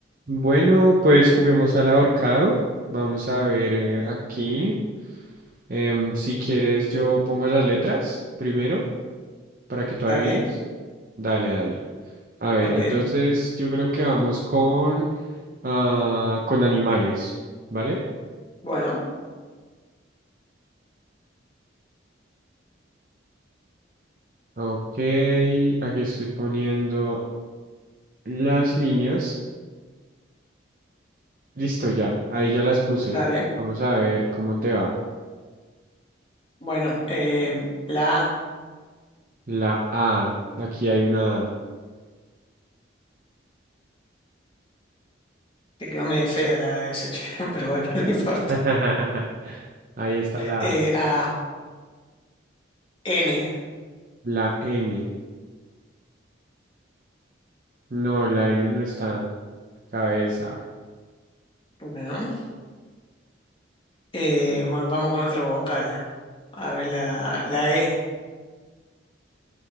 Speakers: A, on the right; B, on the left.
A: Bueno, pues juguemos al ahorcado. Vamos a ver eh, aquí. Em, si quieres, yo pongo las letras primero para que tú
B: Dale,
A: adivines. Dale, dale. A ver,
B: ok.
A: entonces yo creo que vamos con, ah, con animales, ¿vale?
B: Bueno,
A: Ok, aquí estoy poniendo las líneas. Listo, ya. Ahí ya las puse.
B: dale.
A: Vamos a ver cómo te va.
B: Bueno, eh, la A,
A: La A. Aquí hay una
B: te quedó media fea la S, che, <laughs> pero bueno, <laughs> no importa.
A: A. <laughs> Ahí está la
B: Eh,
A: A.
B: A, N.
A: La N. No, la N no está. Cabeza.
B: Bueno, eh, bueno, vamos con otra vocal. A ver, la, la E.